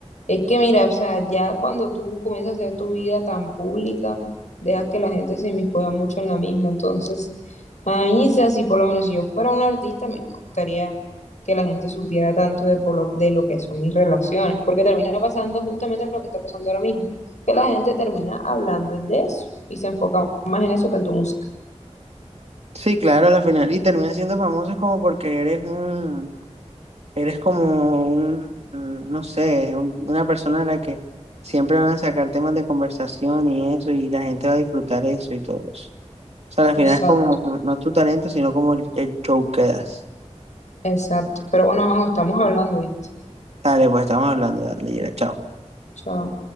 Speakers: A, on the left; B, on the right.
A: es que mira, o sea, ya cuando tú comienzas a hacer tu vida tan pública, dejas que la gente se inmiscuya mucho en la misma, entonces, a mí, o sea, si por lo menos si yo fuera un artista, a mí no me gustaría que la gente supiera tanto de, por lo, de lo que son mis relaciones, porque termina pasando justamente lo que está pasando ahora mismo, que la gente termina hablando de eso y se enfoca más en eso que en tu música.
B: Sí, claro, a la final, y termina siendo famoso como porque eres un Eres como un, mm, no sé, un- una persona a la que siempre van a sacar temas de conversación y eso, y la gente va a disfrutar eso y todo eso. O sea, al final
A: Exacto,
B: es como, no es tu talento, sino como el, el show que das.
A: exacto, pero bueno, vamos, estamos hablando, ¿viste?
B: Dale, pues estamos hablando, dale, Yera, chao.
A: Chao.